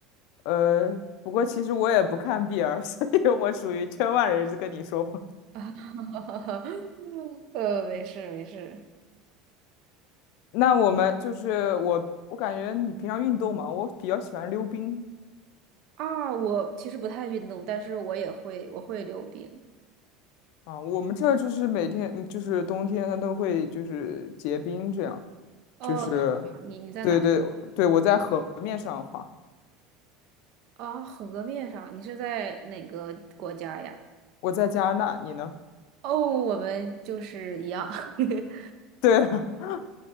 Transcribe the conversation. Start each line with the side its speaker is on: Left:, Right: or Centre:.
Left: 呃，不过其实我也不看 BL，<laughs> 所以我属于圈外人士跟你说话。
Right: <laughs> 呃，没事没事。
Left: 那我们就是我，我感觉你平常运动嘛，我比较喜欢溜冰
Right: 啊，我其实不太运动，但是我也会，我会溜冰。
Left: 啊。我们这儿就是每天嗯就是冬天，它都会就是结冰这样，
Right: 哦，
Left: 就是
Right: 是吗你你在哪？
Left: 对对对，我在河面上滑，
Right: 啊，河面上，你是在哪个国家呀？
Left: 我在加拿大，你呢？
Right: 哦，我们就是一样，<laughs>
Left: <laughs> 对啊，